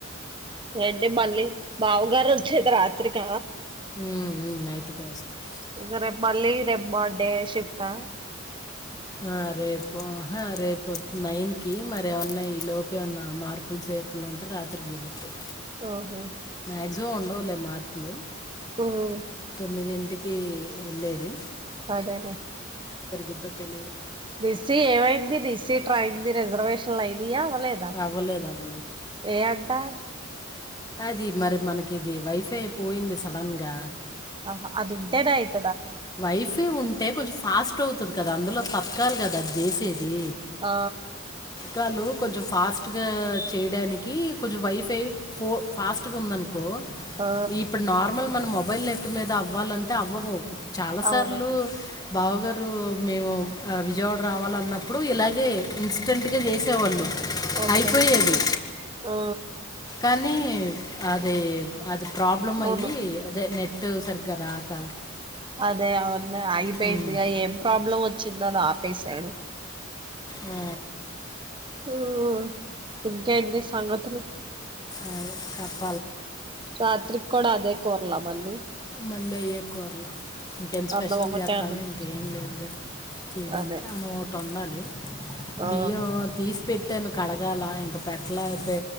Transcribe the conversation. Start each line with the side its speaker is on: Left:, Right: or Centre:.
Right: ఏంటే మళ్ళీ బావగారు వచ్చేది రాత్రిక
Left: ఉ ఉ నైట్ కే వస్తారు
Right: ఇగ రేపు మళ్ళీ రేపు బర్త్డే షిఫ్ట్ ఆ
Left: ఆ రేపు ఆహా రేపు నైన్ కి మరి ఏమన్నా ఈ లోపు ఏమన్నా మార్పులు చేర్పులు ఉంటే రాత్రికి వెలుగుతాయి
Right: ఆహా
Left: మాక్సిమం ఉండవులే మార్పులు
Right: ఉమ్
Left: తొమ్మిది ఇన్ కి వెళ్ళేది
Right: అదేలే
Left: ఇద్ధ తెలిదు
Right: నిస్సీ ఏమైంది నిస్సీ ట్రైందు ది రిజర్వేషన్లు ఐడియా ఓ లేదా
Left: అవ్వలేదు అవ్వలేదు
Right: ఏయన్ టా
Left: అది మరి మనకి ఇది వైఫ్ తే పోయింది సలన్ గా
Right: ఆహా అది ఉంటేదయత్
Left: వైఫే ఉం అంటే కొంచెం ఫాస్ట్ అవుతది కదా అందులో పతకాలు కదా అది చేసేది
Right: ఆ
Left: గాలు కొంచెం ఫాస్ట్ గా చేయడానికి కొంచెం వైఫై ఫో ఫాస్ట్ గా ఉంది అనుకో
Right: ఆ
Left: ఈ ఇప్పుడు నార్మల్ మనమో మొబైల్ నెట్ మీద అవ్వాలంటే అవ్వవు చాలా
Right: అవును
Left: సార్లు బావగారు మేము విజయవాడ రావాల అన్నప్పుడు ఇలాగే ఇన్స్టెంట్ గా చేసి తేవాళ్ళు
Right: ఓకే
Left: అయిపోయేది
Right: ఆ
Left: కానీ అదే అదు ప్రాబ్లమ్
Right: అవును
Left: అయ్యి అదే నెట్ టు సరిగ్గా రాక
Right: అదే అవున్న అగిపోయింది
Left: ఉమ్,
Right: గా ఏం ప్రాబ్లం వొత్ చిన్ననా ఆపేసడు
Left: ఆ
Right: తువా ఇంకేంటి సంగతులు
Left: ఆయి కప్పు
Right: రాత్రిక్ కోడా దే కోర్లా మళ్ళీ
Left: మల్లయ్య కోర్ లా ఇంకేంది స్పెషల్
Right: అన్నం ఒకటే
Left: చేస్తామ
Right: అనుకుంట
Left: ఎంటి ఏం లేవుగా చేయడానికి
Right: అదే
Left: అన్నం వోటి వంట వండాలి.
Right: ఆ
Left: బియ్యం తీసి పెట్టాను కడగాల ఇంకా పెట్టలా పె